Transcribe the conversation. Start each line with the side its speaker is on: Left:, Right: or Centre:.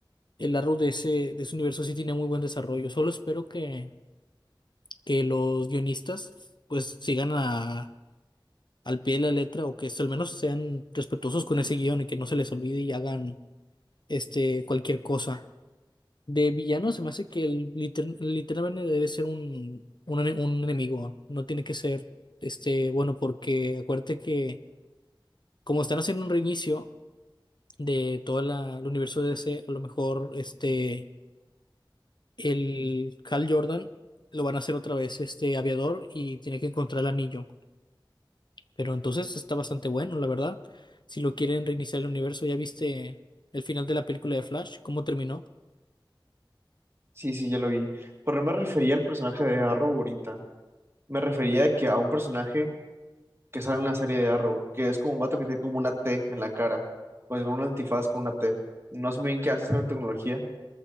Left: el Arrow de ese, de ese universo sí tiene muy buen desarrollo. Solo espero que, que los guionistas pues sigan al pie de la letra o que es- al menos sean respetuosos con ese guión y que no se les olvide y hagan este cualquier cosa. De villano se me hace que el liter- literalmente debe ser un, un, ene- un enemigo, no tiene que ser este bueno porque acuérdate que como están haciendo un reinicio de todo el universo de DC, a lo mejor este el Hal Jordan lo van a hacer otra vez este aviador y tiene que encontrar el anillo. Pero entonces está bastante bueno, la verdad. Si lo quieren reiniciar el universo, ¿ya viste el final de la película de Flash? ¿Cómo terminó?
Right: Sí, sí, ya lo vi, pero no me refería al personaje de Arrow ahorita, me refería de que a un personaje que sale en la serie de Arrow, que es como un vato que tiene como una T en la cara, como si fuera un antifaz con una T. No sé muy bien qué hace esa tecnología,